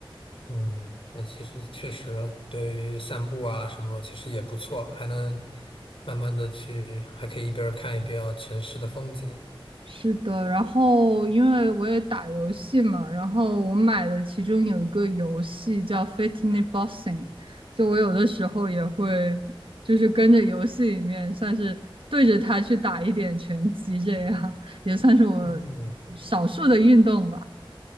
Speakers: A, on the left (about 75°); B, on the right (about 70°).
A: 嗯，那其实确实对于散步啊什么，其实也不错，还能慢慢的去，还可以一边儿看一边儿城市的风景。
B: 是的，然后因为我也打游戏嘛，然后我买的其中有一个游戏叫《Fitness Boxing》，就我有的时候也会就是跟着游戏里面算是对着它去打一点拳击，这样也算是我
A: 哦，
B: 少数的运动吧。